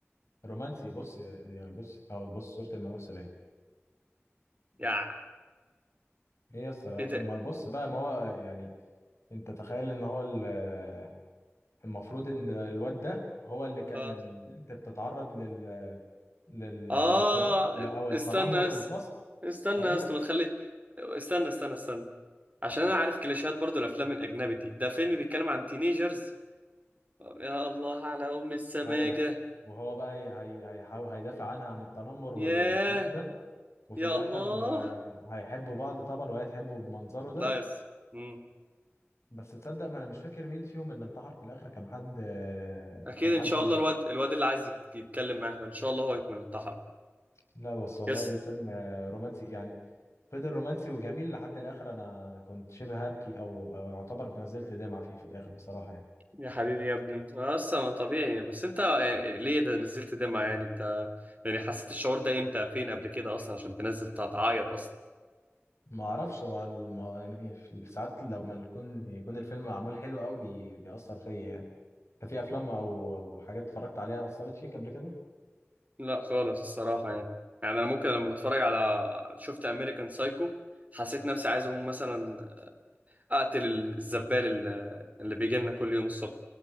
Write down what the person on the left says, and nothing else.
رومانسي بص يعني بص او بص صورة الممثل ايه
ايه يا اسطى
ما بص بقى ما هو يعني انت تخيل ان هو ال- آه، المفروض ان الواد ده هو اللي كان
بنت بتتعرض لل للعنصرية
او التنمر
في
الفصل
ايوه
ايوه وهو بقى هي- هي- هيحاول هيدافع عنها عن التنمر
والكلام ده وفي
الاخر
آه، هيحبوا بعض طبعا وهي تحبه بمنظره ده
بس تصدق ما انا مش فاكر مين فيهم اللي انتحر في الاخر كان حد آه،
كان
حد
لا بس والله
الفيلم آه، رومانسي يعني فضل رومانسي وجميل لحد الاخر انا كنت شبه هبكي او أو اعتبر نزلت دمعة فيه في الاخر بصراحة يعني
ما اعرفش هو الم- يعني في ساعات لما يكون يكون الفيلم معمول حلو قوي بي- بيأثر فيا يعني انت في افلام او او حاجات اتفرجت عليها اثرت فيك قبل كده